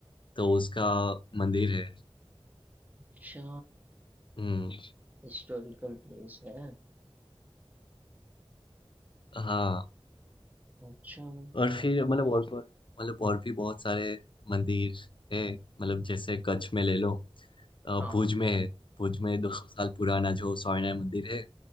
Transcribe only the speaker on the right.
अच्छा
हिस्टोरिकल प्लेस है
अच्छा भाई
हाँ